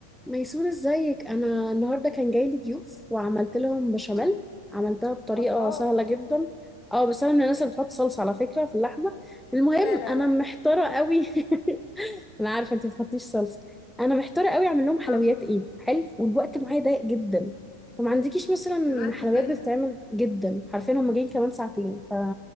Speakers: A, in the centre; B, on the left.
A: ميسون ازيك انا النهارده كان جاي لي ضيوف وعملت لهم بشاميل عملتها بطريقه
B: الله
A: سهله جدا اه بس انا من الناس اللي بتحط صلصه على فكره في اللحمه المهم
B: لا لا
A: انا
B: لا
A: محتاره قوي <laughs> انا عارفه انت ما بتحطيش صلصه انا محتاره قوي اعمل لهم حلويات
B: طب
A: ايه حلو والوقت معايا ضيق جدا فما عندكيش مثلا
B: الوقت
A: حلويات
B: ضيق
A: بتتعمل جدا عارفين هم جايين كمان ساعتين ف